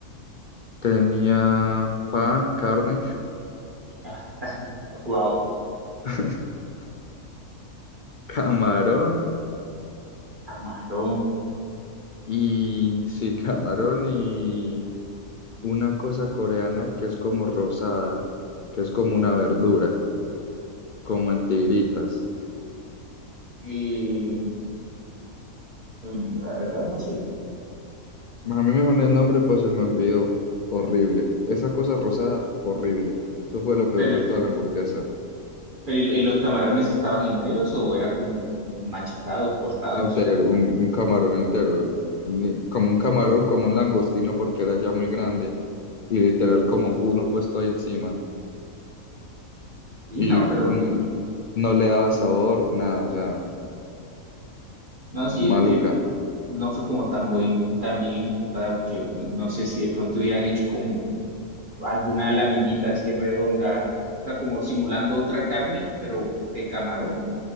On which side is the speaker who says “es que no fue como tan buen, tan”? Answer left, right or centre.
Right